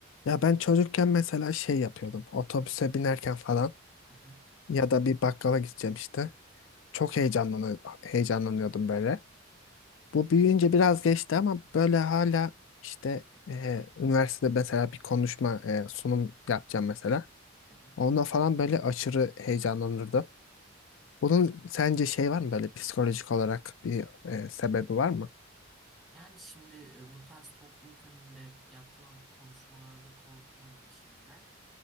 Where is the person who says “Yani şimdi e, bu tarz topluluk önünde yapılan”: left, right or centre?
Centre